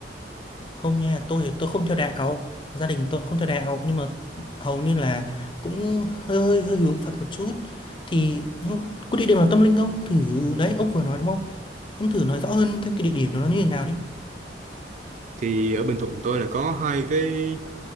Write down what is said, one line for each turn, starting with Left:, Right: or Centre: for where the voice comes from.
Left: không nha tôi tôi không theo đạo gia đình tôi không theo đạo nhưng mà hầu như là cũng hơi hơi hơi hướng Phật một chút thì ừ, có địa điểm nào tâm linh không thử đấy ông vừa nói đúng không ông thử nói rõ hơn thêm cái địa điểm đó nó như thế nào đi
Right: thì ở Bình Thuận tôi là có hai cái